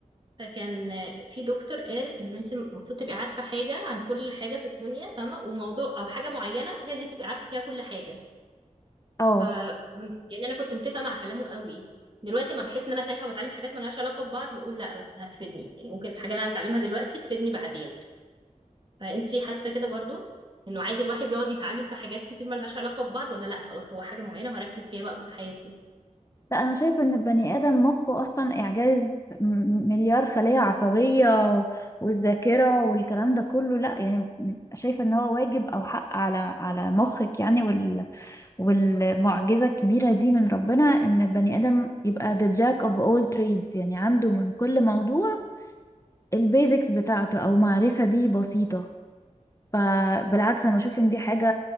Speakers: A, on the right; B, on the left.
A: فكان آه، في دكتور قال ان انت المفروض تبقي عارفه حاجه عن كل حاجه في الدنيا فاهمه وموضوع او حاجه معينه هي اللي تبقي عارفه فيها كل حاجه
B: <laughs> اه
A: فكنت يعني انا كنت متفقه مع كلامه قوي دلوقتي ما بحس ان انا تايهه وبتعلم حاجات مالهاش علاقه ببعض بقول لا بس هتفيدني يعني ممكن الحاجه اللي انا بتعلمها دلوقتي تفيدني بعدين فانتي حاسه كده برضو انه عايز الواحد يقعد يتعلم في حاجات كتير ملهاش علاقه ببعض ولا لا خلاص هو حاجه معينه هركز فيها بقى طول حياتي
B: لا انا شايفه ان البني ادم مخه اصلا اعجاز م- مليار خليه عصبيه والذاكره والكلام ده كله لا يعني شايفه ان هو واجب او حق على على مخك يعني وال والمعجزه الكبيره دي من ربنا ان البني ادم يبقى the jack of all trades يعني عنده من كل موضوع البيزكس بتاعته او معرفه بيه بسيطه فبالعكس انا بشوف ان دي حاجة